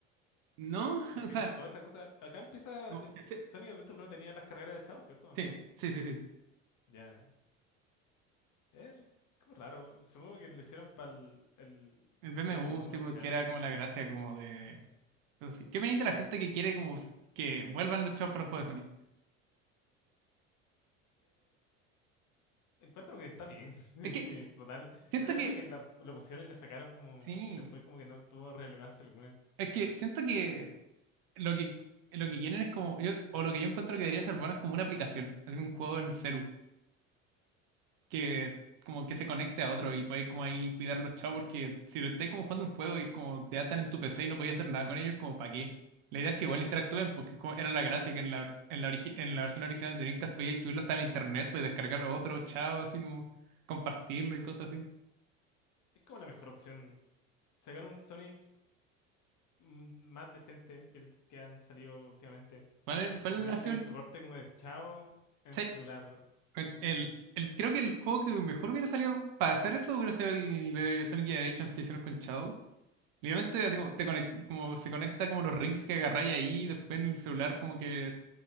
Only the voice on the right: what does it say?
No,
<laughs> o sea.
no,
ese-
sí,
sí, sí, sí.
El BMU,
sí,
porque
era como la gracia como de. cosas así. ¿Qué opináis de la gente que quiere como que vuelvan los chavos para los juegos de Sonic?
Es que
siento
que.
Sí.
Es que siento que lo que lo que quieren es como yo, o lo que yo encuentro que debería ser bueno es como una aplicación, así como un juego en celu que como que se conecte a otro y puedes como ahí cuidar los chavos porque si lo estáis como jugando un juego y es como te atan en tu PC y no podías hacer nada con ellos, como para qué. La idea es
que igual interactúen porque como era la gracia que en la en la, origi- en la versión original de Dreamcast podías subirlo hasta la internet, podías descargar a otro chavo así como compartirlo y cosas así.
¿Cuál, cuál
ha sido el-
sí,
Bueno, El, el, creo que el juego que mejor hubiera salido para hacer eso hubiera sido el de Sonic Generations que hicieron con Shadow. Literalmente, así como, te conec- como se conecta como los rings que agarráis ahí, y después en el celular como que